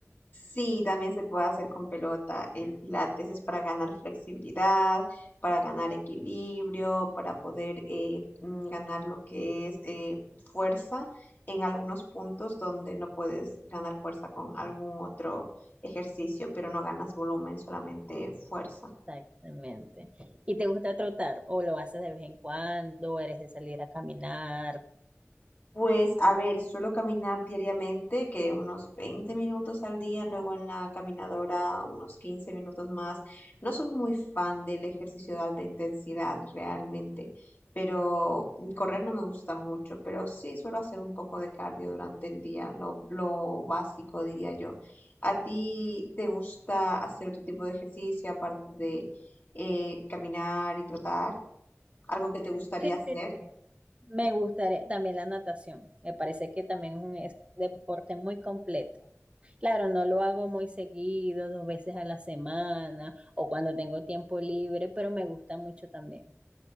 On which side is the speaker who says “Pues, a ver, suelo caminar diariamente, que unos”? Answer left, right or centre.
Left